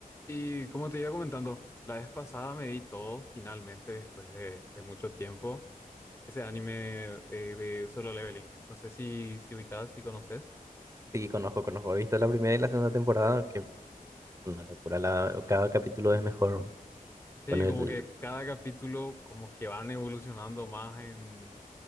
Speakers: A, on the left; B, on the right.
A: Y como te iba comentando, la vez pasada me vi todo finalmente después de, de mucho tiempo. Ese anime eh, de Solo Leveling. No sé si, si ubicás, si conoces.
B: Sí, conozco, conozco. He visto la primera y la segunda temporada, que una locura. La, cada capítulo es mejor
A: Sí,
B: con el...
A: como que cada capítulo como que van evolucionando más en...